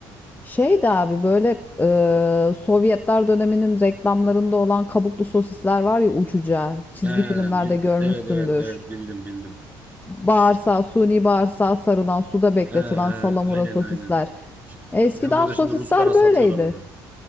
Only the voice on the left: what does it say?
Şeydi abi böyle e, Sovyetler döneminin reklamlarında olan kabuklu sosisler var ya uçuca çizgi
filmlerde
görmüşsündür.
Bağırsağı, suni bağırsağa sarılan, suda bekletilen
salamura
sosisler.
Eskiden
sosisler
böyleydi.